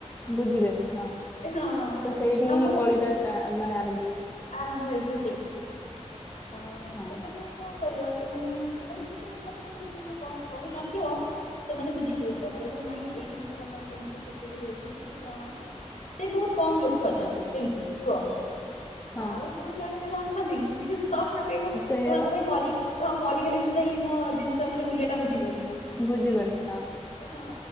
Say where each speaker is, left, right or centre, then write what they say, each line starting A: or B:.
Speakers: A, on the left; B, on the left.
A: ବୁଝିବେନି ହଁ,
B: ହଁ
A: ତ ସେଇଠି
B: ଆମର
A: ହିଁ କଳିଟା ଷ୍ଟା ମାନେ ଆରମ୍ଭ ହୁଏ।
B: ଆରମ୍ଭ ହେଇଯିବ ସେଇଠି, ଆଉ
A: ହଁ
B: ସେମାନେ କଣ କରିବ ସେମାନେ, ମାନେ କିଛି ଲୋକ ଅଛନ୍ତି କିନ୍ତୁ ତମେ କହିନଥିବ ସେମାନେ ବୁଝିଯିବେ ସେ କଥା ଟା, ଯେ ନାଇଁ ଏଇ ଜିନିଷ ଟା ପାଇଁ ସେମିତି ଚିଡି ଚିଡି ହଉଛି କି କଣ। ସେ ବହୁତ କମ୍ ଲୋକ ଅଛନ୍ତି ସେମିତି କୁହ।
A: ହଁ
B: ଆଉ ଯୋଉ ଜଣେ ଜଣେ ଅଛନ୍ତି, ତମେ କହିବ
A: ସେଇଆ
B: ମୁଁ ଆଙ୍କ
A: ବା
B: ପାଇଁ ମରି ଓ ମରିଗଲେ ବି ସୁଧା, ଇଏ ମୋ ଜିନିଷ ମାନେ ମୂଲ୍ୟଟା ବୁଝିବେନି।
A: ବୁଝିବନି ହଁ।
B: ହଁ।